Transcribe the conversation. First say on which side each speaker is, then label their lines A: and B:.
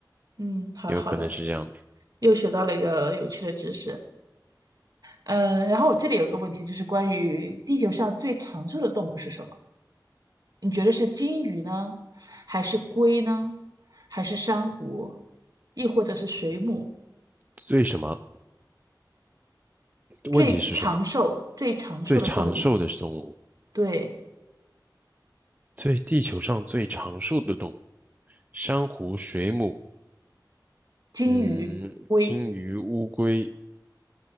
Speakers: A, on the right; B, on the right.
A: 嗯，好的好的，
B: 也有可能是这样子。
A: 又学到了一个有趣的知识。嗯，然后我这里有个问题，就是关于地球上最长寿的动物是什么？你觉得是金鱼呢，还是龟呢，还是珊瑚，亦或者是水母？
B: 最什么？
A: 最长寿、
B: 问题是什么？
A: 最长寿的动物，
B: 最长寿的动物。
A: 对，
B: 最地球上最长寿的动物，珊瑚、水母，
A: 金鱼、
B: 嗯，
A: 龟。
B: 金鱼、乌龟，